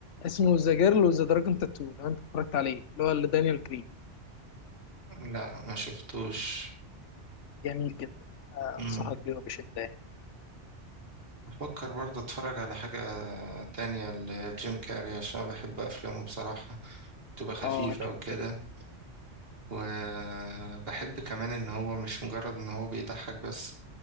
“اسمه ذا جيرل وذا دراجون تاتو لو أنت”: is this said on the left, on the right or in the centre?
Left